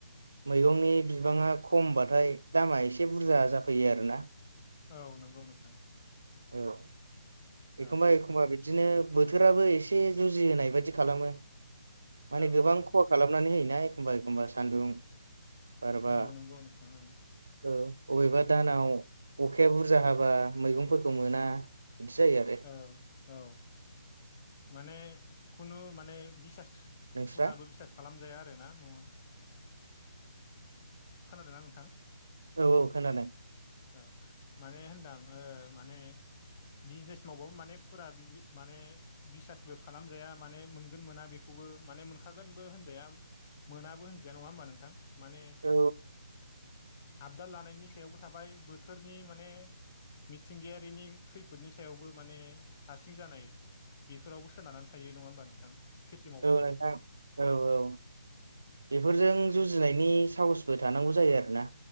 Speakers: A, on the right; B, on the left.
A: मैगंनि बिबाङा खमबाथाय दामा एसे बुरजा जाफैयो आरोना
B: औ नंगौ नोंथां
A: औ एखमबा
B: औ
A: एखमबा बि दिनो बोथोराबो एसे जुजिहोनाय बायदि खालामो माने
B: औ
A: गोबां खहा खालामनानै होयोना एखमबा एखमबा सान्दुं बारबा
B: औ नंगौ नोंथां ओं
A: औ अबेबा दानाव अखाया बुरजा हाबा मैगंफोरखौ मोना बिदि जायो आरो
B: औ औ माने खुनु माने बिसास
A: नोंस्रा
B: फुराबो बिसास खालाम जाया आरोना ना खोनादों ना नोंथां
A: औ औ खोनादों
B: औ माने होनदां ओ माने बिजनेस मावबाबो माने फुरा माने बिसासबो खालामजाया माने मोनगोन मोना बेखौबो माने मोन खागोनबो होनजाया मोनाबो होनजाया नङा होमबा नोंथां माने
A: औ
B: आबदाल लानायनि सायावबो थाबाय बोथोरनि माने मिथिंगायारिनि खैफोदनि सायावबो माने हारसिं जानाय बेफोरावबो सोनारनानै थायो नङा होमबा नोंथां खेथि मावबाबो
A: ओ नोंथां औ औ बेफोरजों जुजिनायनि साहसबो थानांगौ जायो आरो ना